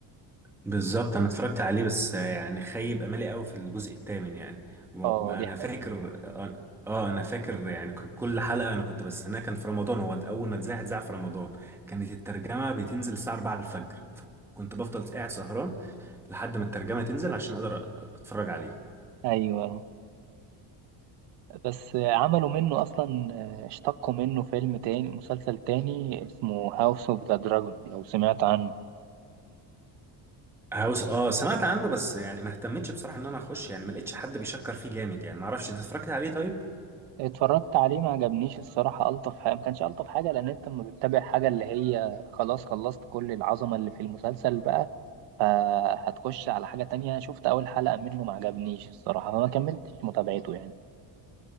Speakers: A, in the centre; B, on the right.
A: بالظبط انا اتفرجت عليه بس يعني خيب املي قوي في الجزء الثامن يعني ما
B: اه دي
A: انا
B: حقيقه
A: فاكر اه آه، انا فاكر يعني كان كل حلقه انا كنت بستناها كان في رمضان هو اول ما اتذاع اتذاع في رمضان كانت الترجمه بتنزل الساعه 4 الفجر فكنت بفضل قاعد سهران لحد ما الترجمه تنزل عشان اقدر اتفرج عليه
B: ايوه بس عملوا منه اصلا آه، اشتقوا منه فيلم تاني مسلسل تاني اسمه هاوس اوف ذا دراجون لو سمعت عنه
A: هاوس اه سمعت عنه بس يعني ما اهتمتش بصراحه ان انا اخش يعني ما لقيتش حد بيشكر فيه جامد يعني ما اعرفش انت اتفرجت عليه طيب
B: اتفرجت عليه ما عجبنيش الصراحة ألطف حاجة ما كانش ألطف حاجة لأن أنت لما بتتابع حاجة اللي هي خلاص خلصت كل العظمة اللي في المسلسل بقى فهتخش على حاجة تانية شفت أول حلقة منه ما عجبنيش الصراحة فما كملتش متابعته يعني